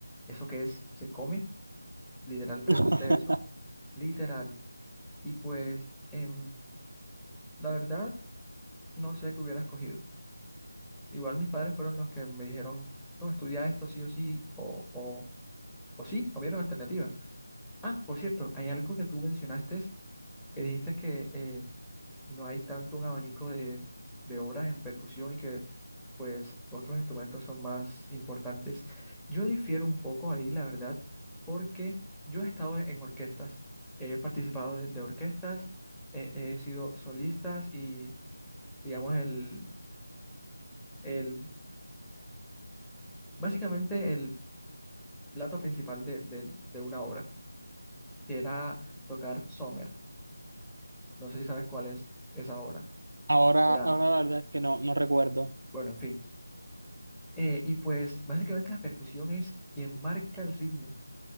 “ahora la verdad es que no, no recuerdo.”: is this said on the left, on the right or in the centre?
Right